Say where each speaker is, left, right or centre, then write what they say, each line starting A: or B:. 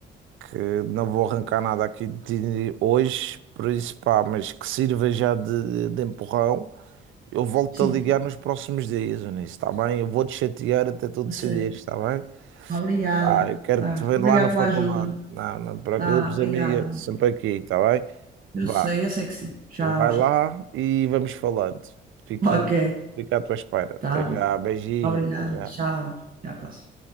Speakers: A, on the right (about 80°); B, on the right (about 45°).
A: que não vou arrancar nada aqui de hoje, por isso pá, mas que sirva já de, de empurrão. Eu volto
B: Sim.
A: a ligar nos próximos dias, Eunice, está bem? Eu vou te chatear até tu decidir,
B: Tá certo.
A: está bem?
B: Obrigada.
A: Ah, eu quero
B: Tá.
A: que te veja
B: Obrigada
A: lá na
B: pela
A: faculdade.
B: ajuda.
A: Não, não te preocupes,
B: Tá, obrigada,
A: amiga,
B: amigo.
A: sempre aqui, está bem?
B: Eu
A: Vá,
B: sei, eu sei que sim. Tchau,
A: vai
B: tchau.
A: lá e vamos falando. Fico,
B: Ok.
A: fico à tua espera. Até
B: Tá.
A: já, beijinhos,
B: Obrigada.
A: até já.
B: Tchau. Até a próxima.